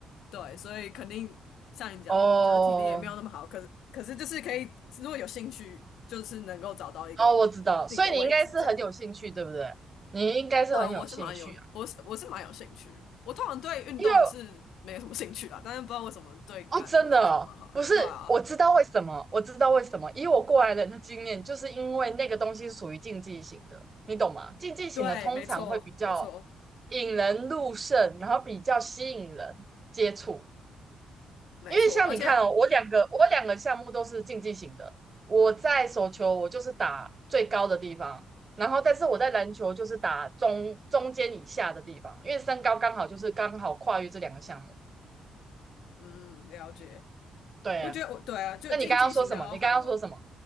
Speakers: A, on the left (about 85°); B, on the right (about 30°).
A: 对，所以肯定像你讲的，
B: 哦
A: 就是体力也没有那么好，可是可是就是可以，如果有兴趣，就是能够找到一个
B: 哦，我知道，
A: 自己的位置这样。
B: 所以你应该是很有兴趣，对不对？你应该是很有兴趣啊，
A: 对，我是蛮有，我是我是蛮有兴趣的。我通常对运动是没有什么兴趣啦，
B: 因为
A: 但是不知道为什么对橄榄球是真的蛮好的对啊，
B: 哦，真的哦，不是，我知道为什么，我知道为什么，以我过来人的经验，就是因为那个东西是属于竞技型的，你懂吗？竞技型的通常会比较
A: 对，没错，没错，
B: 引人入胜，然后比较吸引人接触。
A: 没错。
B: 因为像你看哦，
A: 而且，
B: 我两个我两个项目都是竞技型的，我在手球我就是打最高的地方，然后但是我在篮球就是打中中间以下的地方，因为身高刚好就是刚好跨越这两个项目。
A: 嗯，了解。
B: 对啊，
A: 我觉得我对啊，就竞技型，
B: 那你刚刚说什么？
A: 然后还有
B: 你刚刚说什么？